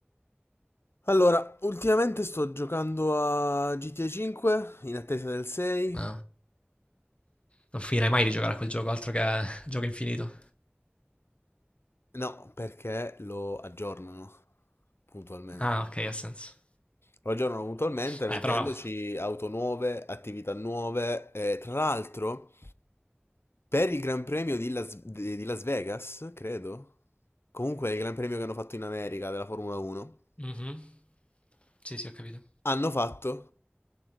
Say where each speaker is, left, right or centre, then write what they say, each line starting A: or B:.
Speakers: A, on the left; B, on the left.
A: Allora, ultimamente sto giocando a GTA 5 in attesa del 6.
B: No. Non finirai mai di giocare a quel gioco, altro che <laughs> gioco infinito.
A: No, perché lo aggiornano puntualmente.
B: Ah, ok, ha senso.
A: Lo aggiornano puntualmente mettendoci
B: Eh, però...
A: auto nuove, attività nuove. E, tra l'altro, per il Gran Premio di Las, di- di Las Vegas, credo. Comunque, il Gran Premio che hanno fatto in America della Formula 1,
B: Mhm. Sì, sì, ho capito.
A: hanno fatto